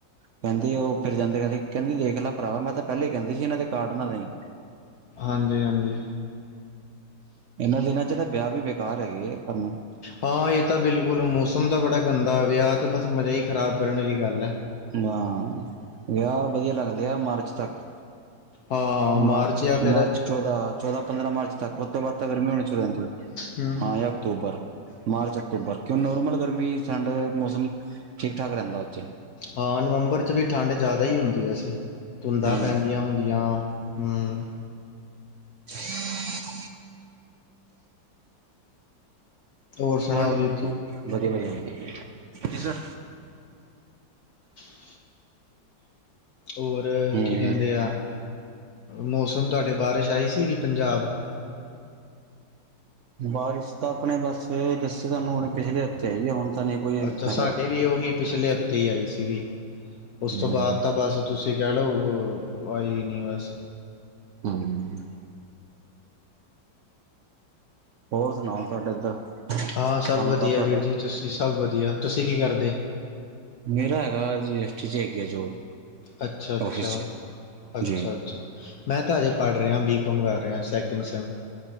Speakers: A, on the right; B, on the left.
A: ਕਹਿੰਦੇ ਉਹ ਫਿਰ ਜਾਂਦੇ ਕਹਿੰਦੇ ਕਹਿੰਦੀ ਦੇਖ ਲੈ ਭਰਾਵਾ ਮੈਂ ਤਾਂ ਪਹਿਲੇ ਹੀ ਕਹਿੰਦੀ ਸੀ ਇਹਨਾਂ ਦੇ ਕਾਰਡ ਨਾਂ ਦੇਈਂ
B: ਹਾਂਜੀ ਹਾਂਜੀ
A: ਇਹਨਾਂ ਦਿਨਾਂ ਚੱ ਤਾਂ ਵਿਆਹ ਵੀ ਬੇਕਾਰ ਹੈਗੇ ਕਰਣਾ
B: ਹਾਂ ਇਹ ਤਾਂ ਬਿਲਕੁੱਲ ਮੌਸਮ ਤਾਂ ਬੜਾ ਗੰਦਾ ਵਿਆਹ ਤੇ ਬਸ ਮਜ਼ਾ ਹੀ ਖ਼ਰਾਬ ਕਰਨ ਵਾਲੀ ਗੱਲ ਏ।
A: ਹਾਂ ਵਿਆਹ ਵਧੀਆ ਲੱਗਦੇ ਆ ਮਾਰਚ ਤੱਕ
B: ਹਾਂ, ਹਾਂ
A: ਮਾਰਚ
B: ਜਾਂ ਫਿਰ
A: ਮਾਰਚ, ਚੌਦਾਂ ਚੌਦਾਂ, ਪੰਦਰਾਂ ਮਾਰਚ ਤੱਕ ਉੱਤੋਂ ਬਾਅਦ ਚੱ ਤਾਂ ਗਰਮੀ ਹੋਣੀ ਸ਼ੁਰੂ ਜਾਂਦੀ ਹੈ
B: ਹਮ।
A: ਹਾਂ ਜਾਂ ਅਕਤੂਬਰ, ਮਾਰਚ, ਅਕਤੂਬਰ ਕਿਉਂ ਨੋਰਮਲ ਗਰਮੀਂ ਸਾਡੇ ਮੌਸਮ ਠੀਕ ਠਾਕ ਰਹਿੰਦਾ ਉੱਥੇ
B: ਹਾਂ ਨਵੰਬਰ ਚੱ ਵੀ ਠੰਡ ਜ਼ਿਆਦਾ ਹੀ ਹੁੰਦੀ ਵੈਸੇ। ਧੁੰਦਾਂ
A: ਹਮ
B: ਪੈਂਦੀਆਂ ਹੁੰਦੀਆਂ ਹਮ।
A: ਹਮ <unintelligible>
B: ਹੋਰ ਸੁਣਾਓ
A: ਹੋਲਡ
B: ਵੀਰ
A: ਕਰੋ
B: ਜੀ?
A: ਵਧੀਆ ਵਧੀਆ ਹਾਂਜੀ ਜੀ ਸਰ।
B: ।।। ਹੋਰ
A: ਹੂੰ
B: ਕੀ ਕਹਿੰਦੇ ਆ। ਮੌਸਮ ਤੁਹਾਡੇ ਬਾਰਿਸ਼ ਆਈ ਸੀਗੀ ਪੰਜਾਬ
A: ਬਾਰਿਸ਼ ਤਾਂ ਆਪਣੇ ਬਸ ਦੱਸੀ ਤੁਹਾਨੂੰ ਹੁਣ ਪਿਛਲੇ ਹਫ਼ਤੇ ਆਈਏ ਹੁਣ ਤਾਂ ਨਹੀਂ ਕੋਈ
B: ਅੱਛਾ
A: ਹੈਗਾ
B: ਸਾਡੇ ਵੀ ਉਹੀ ਪਿਛਲੇ ਹਫ਼ਤੇ ਹੀ ਆਈ ਸੀਗੀ
A: ਹੂੰ
B: ਉਸ ਤੋਂ ਬਾਅਦ ਤਾਂ ਬਸ ਤੁਸੀਂ ਕਹਿ ਲਓ ਆਈ ਨਹੀਂ ਬਸ।
A: <inaudible> ਹੋਰ ਸੁਣਾਉ ਤੁਹਾਡੇ ਇੱਧਰ
B: ਹਾਂ ਸਭ
A: ਕੰਮ
B: ਵਧੀਆ
A: ਕਾਰ ਤੁਹਾਡਾ।
B: ਵੀਰ ਜੀ ਤੁਸੀਂ ਸਭ ਵਧੀਆ ਤੁਸੀਂ ਕੀ ਕਰਦੇ।
A: ਮੇਰਾ ਹੈਗਾ ਜੀ ਐਸ ਟੀ ਚੱ ਹੈਗੀ ਜੋਬ।
B: ਅੱਛਾ- ਅੱਛਾ-
A: ਆਫਿਸ ਚ
B: ਅੱਛਾ-
A: ਜੀ
B: ਅੱਛਾ। ਮੈਂ ਤਾਂ ਹਜੇ ਪੜ੍ਹ ਰਿਹਾ ਬੀ ਕੌਮ ਕਰ ਰਿਹਾ ਸਕਿੰਡ ਸਿਮ